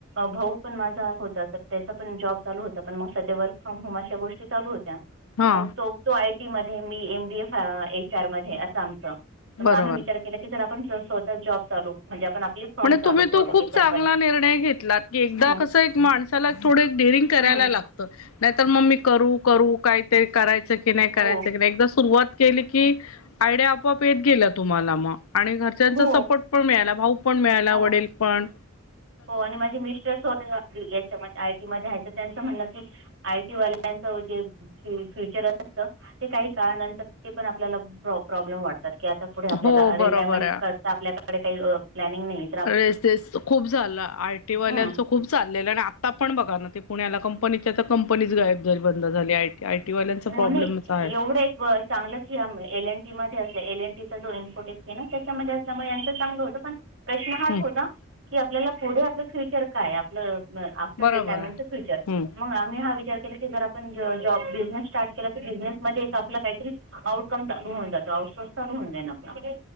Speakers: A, on the right (about 60°); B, on the left (about 90°).
A: भाऊ पणं माझां होतां तरं त्यांचा पणं जॉब चालूं होतां पणं मंग संध्या वर्क फ्रॉम होमं अशा गोष्टी चालूं होत्यां
B: हा
A: मंग तो तो आयटी मध्यें मी एमबीएफ एच आर मध्यें असं आम तरं मंग
B: बरोबर
A: आम्हीं विचांर केलां की जरं आपणं स्वंतः जॉब चालूं म्हणजे आपणं आपली फर्म
B: म्हंणे
A: चालू
B: तुम्हीं
A: करू
B: तो खूंप
A: एक कंपनी
B: चांगला निर्णय घेतलांत की एकदाचं
A: हम्म,
B: कसं एक माणसांला थोडं डेरिंग करांयला
A: हम्म,
B: लागतं नाहीं तरं मंग मी करूं करूं कांहीतरी करायचं की नाहीं करायचं
A: हो
B: की नाहीं एकदाची सुरुवांत केली की आयडिया आपोआप येतं गेलां तुम्हांला मंग आणि घरच्यांचा
A: हो
B: सपोर्ट पणं मिळांला भाऊ मिळांयला
A: हो
B: वडील पणं
A: हो आणि माझे मिस्टर्स हो यांच्या आय टी मध्यें यायचं त्यांचं म्हणणं की आय टी वाल्यांच होजं फ्युंचर असतं ते कांहीं काळानंतर ते पणं आपल्यांला प्रॉब्लेम वाटतं तरं की आंता पुढे आपल्यांला
B: हो
A: रिटायरमेंट
B: बरोबर आहे.
A: आपल्यांकडे कांहीं प्लॅनिंग नाहीं
B: रेसेस खूंप झालायं आयटी वाल्यांच
A: हं,
B: खूंप चाललेलं आणि आंता पणं बघां नां ते पुण्यांला कंपनीच्या तरं कंपनीच गायब बंद झाली आय की आयटी वाल्यांचा
A: हो
B: प्रॉब्लेमचं
A: नाही
B: आहे
A: एवढं एक व चांगलंच एल एन टी मध्यें असल्यां एल एनटीचां जो इन्फोटेस आहे नां त्यांच्यामध्यें त्यांमुळे यांचं चांगलं होतं पणं प्रश्न हांच
B: हम्म
A: होतां की आपल्यांला पुढे आपलं फ्युंचर कायं आपलं आफ्टरनूंन
B: बरोबर
A: रिटायरमेंटचं
B: आहे.
A: फ्युंचर
B: हम्म
A: मंग आम्हीं हां विचारं केलां की जरं आपणं जॉब बिझनेस स्टार्ट केलां तरं बिझनेस मध्यें आपलं कांहीतरी आउटकम चालूं होऊंन जातो आउटसोर्स चालूं होऊ जाईल आपलां